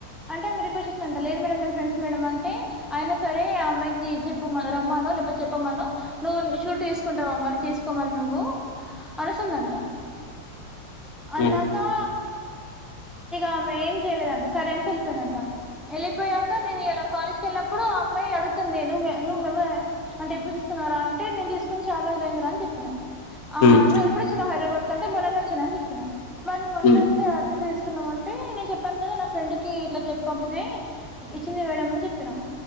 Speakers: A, in the centre; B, on the left (about 55°).
A: అంటేరు రిక్వెట్ చేస్తుంట లేదు మేడంమ్ ఫ్రెండ్స్ మేడం అంటే అయినా సరే అమ్మాయికి చెప్పు మల్లా రమ్మను చెప్పమను నువ్వు షూరిటి తీసుకుంటావా మరి తీసుకోమరి నువ్వు అనసిందంట అన్నకా
B: హ్మ్
A: ఆ మె ఏం చేయలేదంట సరే అనిసి వెళ్ళియిందంట వెళ్ళిపోయాక నేను ఇలా కాలేజ్కి వెళ్నప్పుడు అమ్మాయి పడుతుంది నువ నువ్ మేము అంటే ఎప్పుడు చూస్తున్నారా అంటేను తీసుకుని షానా రోజులు ఎందిరా అని చెప్పినాను ఆ
B: హ్మ్
A: నువ్వు ఎప్పుడుచ్చినావ్ హైదరాబాద్ కంటే మొరన్న వచ్చినా అని చెప్పినా మరి నువ్ మొన్న
B: హ్మ్
A: వస్తే ఆట్లెట్ల తీసుకున్నామంట అంటే నేను చెప్పాను కదా నా ఫ్రెండ్ కి ఇలట్ల చెప్పి పంపితే ఇచ్చింది మేడ అని చెప్పినా